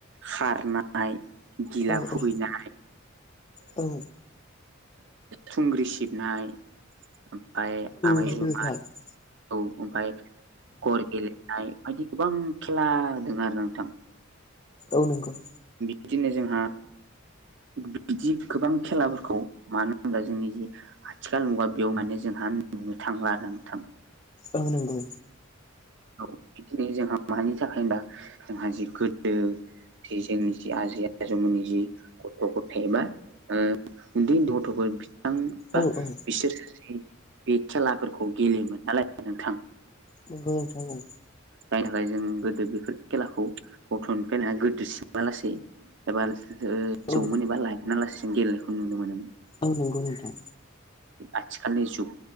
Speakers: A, on the right (about 60°); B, on the left (about 25°).
A: खारनाय गिला
B: औ
A: खुबैनाय
B: औ औ
A: थुंग्रि सिबनाय ओमफ्राय आमाय
B: नंगौ
A: जुमाय
B: नोंथां
A: औ ओमफ्राय गर गेलेनाय बायदि गोबां खेला दङ आरोना नोंथां
B: औ नंगौ
A: बिदिनो जोंहा बिदि गोबां खेलाफोरखौ मानो होनोब्ला जोंनि जि आथिखाल मुगा बेयाव माने जोंहा नुनो थांला आरो नोंथां
B: औ नंगौ
A: औ बिदिनो जोंहा मानि थाखाय होनबा जोंहा जि गोदो जि जोंनि जि आजै आजौमोननि जि गथ' गथाइ एबा उन्दै उन्दै गथ'फोर नोंथां बा
B: औ औ
A: बिसोर बे खेलाफोरखौ गेलेयोमोन नालाय नोंथां
B: नोंगौ नोंथां औ
A: जायनि थाखाय जों गोदो बेफोर खेलाखौ गथ'निफ्राय लानानै गोदोर सिमा लासेै एबा ओ
B: औ
A: जौमोन एबा लायमोना लासि सिम गेलेनायखौ नुनो मोनोमोन
B: औ नंगौ नोंथां
A: आथिखालनि जुग